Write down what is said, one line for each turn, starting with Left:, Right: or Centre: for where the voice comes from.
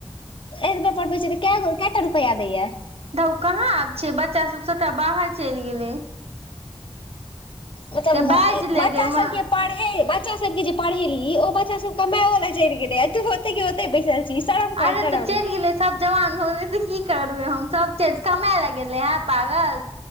Left: एतबे पढ़बै छियै कए गो केएटा रुपैआ देैया।
Right: धौउ कहाँ छै बच्चा सब सबटा बाहर चैल गेलै।
Left: ओ तब
Right: रे
Left: न
Right: बाजि ले
Left: बच्चा
Right: गे माँ
Left: सब के पड़हे बच्चा सब के जे पड़हेलही ओ बच्चा सब कमेओ लए चैल गेलेै तू ओतै के ओेतेै बैसल छी शरम
Right: अरे
Left: कर शरम
Right: तऽ चैल गेलै। सब जवान भऽ गेलेै तऽ की करबै हम सब चैल कमेए लेए गेलेै हेंँ पागल।